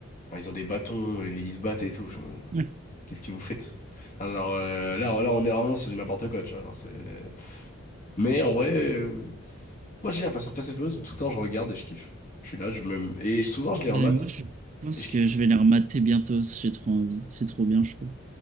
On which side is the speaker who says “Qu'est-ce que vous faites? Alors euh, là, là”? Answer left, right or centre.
Left